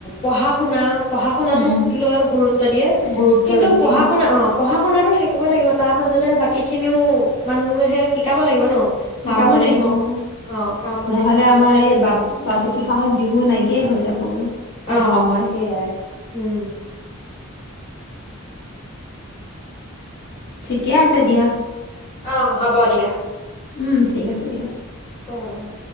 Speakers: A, on the left; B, on the left.
A: পঢ়া শুনা পঢ়া শুনাাতোক
B: উম
A: লৈ গুৰুত্ব দিয়ে
B: গুৰুত্ব
A: কিন্তু
B: বেছি
A: পঢ়া শুনা অ পঢ়া শুনাতো থাকিবই লাগিব তাৰ মাজতে বাক খিনিওও- মানুহে শিকাব লাগিব ন। কাম
B: শিকাব
A: বনে
B: লাগিবঅ।
A: হওক অ কাম বনে
B: নহলে
A: হওক কিবা
B: আমাৰ
A: কিবি
B: এই
A: এইবিলাক
B: বাপ বাপোতি সাহোন বিহু নাইকিয়াই হৈ যাবগৈ।
A: অঅ
B: এসময়ত
A: সেইয়াই উম।
B: ঠিকে আছে দিয়া।
A: অ' হ'ব দিয়া।
B: উম ঠিক আছে দিয়া।
A: অ'অ'অ